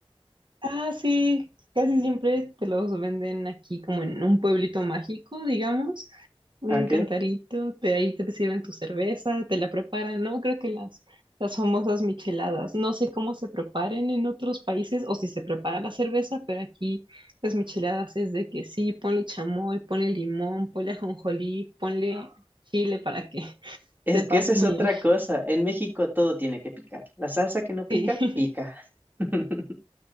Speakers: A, on the right (about 55°); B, on the right (about 20°).
A: Ah, sí, casi siempre te los venden aquí como en un pueblito mágico, digamos, un
B: Ok.
A: cantarito, de ahí te sirven tu cerveza, te la preparan, ¿no? Creo que las, las famosas micheladas, no sé cómo se preparen en otros países o si se prepara la cerveza, pero aquí las micheladas es de que sí, ponle chamoy, ponle limón, ponle ajonjolí, ponle chile para que <laughs>
B: Es
A: sepas
B: que esa es
A: bien.
B: otra cosa. En México todo tiene que picar. La salsa que no pica,
A: Sí,
B: pica. <laughs>